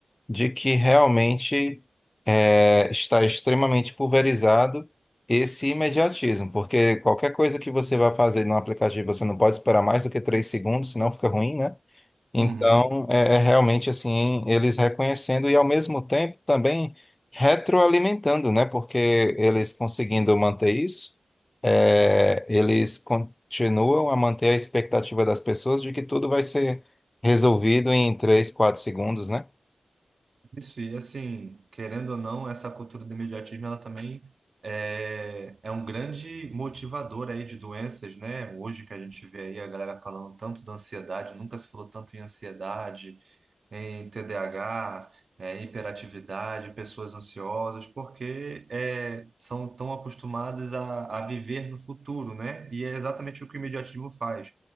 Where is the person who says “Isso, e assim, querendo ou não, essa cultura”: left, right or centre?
Right